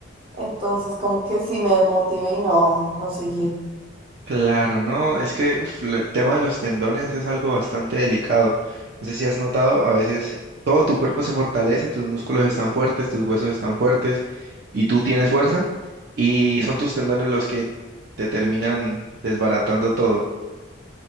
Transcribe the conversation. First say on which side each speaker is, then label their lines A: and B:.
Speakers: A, on the right; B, on the right.
A: Entonces como que sí me desmotivé y no, no seguí.
B: Claro, no, es que uf, lo- el tema de los tendones es algo bastante delicado. No sé si has notado, a veces todo tu cuerpo se fortalece, tus músculos están fuertes, tus huesos están fuertes y tú tienes fuerza y son tus tendones los que te terminan desbaratando todo.